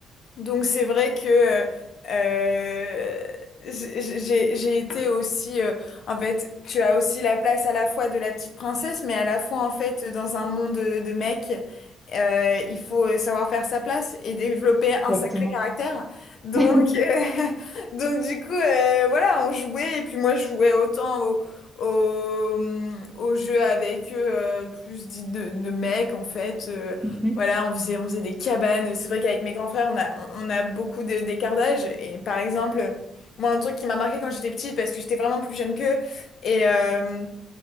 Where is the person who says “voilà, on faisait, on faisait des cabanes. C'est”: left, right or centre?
Left